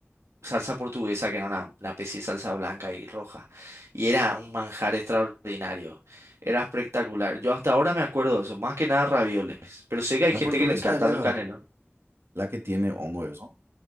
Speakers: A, on the right; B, on the right.
A: salsa portuguesa, que era una, una especie de salsa blanca y roja. Y era un manjar extraordinario. Era espectacular. Yo hasta ahora me acuerdo de eso, más que nada ravioles. Pero sé que hay
B: La
A: gente
B: portuguesa
A: que le encantan
B: es la,
A: los canelones.
B: la que tiene hongo, eso.